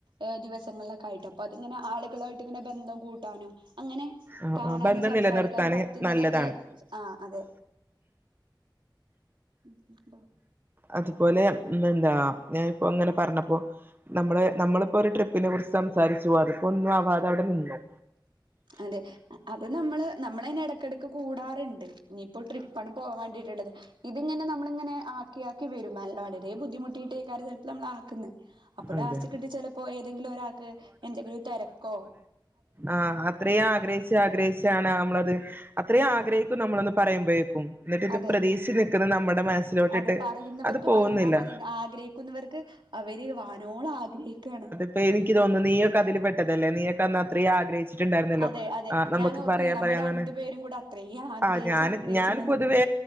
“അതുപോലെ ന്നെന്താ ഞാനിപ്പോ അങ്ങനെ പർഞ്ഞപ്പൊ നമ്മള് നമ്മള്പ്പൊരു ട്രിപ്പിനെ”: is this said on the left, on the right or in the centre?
Right